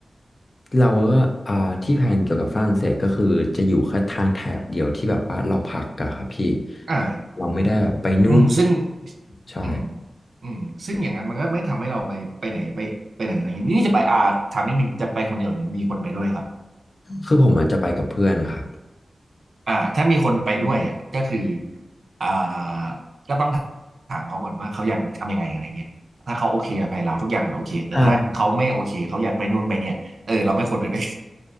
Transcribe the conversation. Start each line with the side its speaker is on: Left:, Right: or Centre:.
Left: เราก็อ่าที่แพลนเกี่ยวกับฝรั่งเศสก็คือจะอยู่แค่ทางแถบเดียวที่แบบว่าเราพักอะครับพี่
Right: อ่า
Left: เราไม่ได้แบบไปนู่น
Right: อืมซึ่ง
Left: ใช่
Right: อืมอืมซึ่งอย่างนั้นมันก็ไม่ทำให้เราไปไปไหนไปไปไหนอะไรอย่างนี้นี่จะไปอาถามนิดนึงจะไปคนเดียวหรือมีคนไปด้วยครับ
Left: คือผมอาจจะไปกับเพื่อนครับ
Right: อ่าถ้ามีคนไปด้วยอ่ะก็คืออ่าก็ต้องถามเขาก่อนว่าเขาอยากทำยังไงอะไรเงี้ยถ้าเขาโอเคกับไปเราทุกอย่างมันโอเคแต่ถ้าเขาไม่โอเคเขาอยากไปนู่นไปเนี่ยเออเราไม่ควรไปด้วย
Left: ใช่